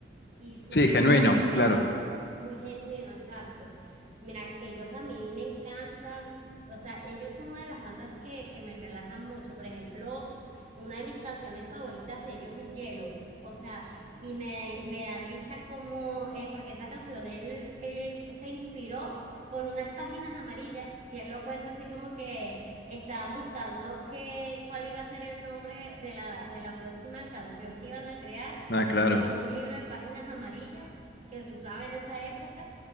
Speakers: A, on the right (about 40°); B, on the left (about 60°).
A: y su
B: sí,
A: música
B: genuino,
A: es muy real
B: claro.
A: y muy genuino, exacto. Mira, ellos a mí me encantan, o sea, ellos son una de las bandas que, que me relajan mucho. Por ejemplo, una de mis canciones favoritas de ellos es Yellow, o sea, y me, me da risa como, eh, porque esa canción él, él se inspiró. por unas páginas amarillas y él lo cuenta así como que estaban buscando que, cuál iba a ser el nombre de la, de la próxima canción que iban a crear
B: Ah, claro.
A: vio un libro de páginas amarillas que se usaba en esa época